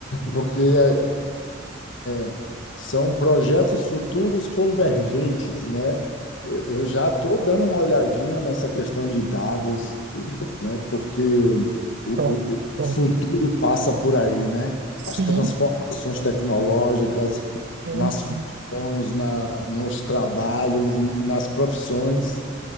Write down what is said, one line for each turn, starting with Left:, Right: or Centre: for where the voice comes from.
Left: porque é- é- são projetos futuros convergentes, né? Eu eu já estou dando uma olhadinha nessa questão de dados, né? Porque o,
Right: Top,
Left: o o
Right: top.
Left: futuro passa por aí, né?
Right: Sim,
Left: As transformações tecnológicas
Right: sim,
Left: nas
Right: sim,
Left: funções, na, nos trabalhos, nas profissões,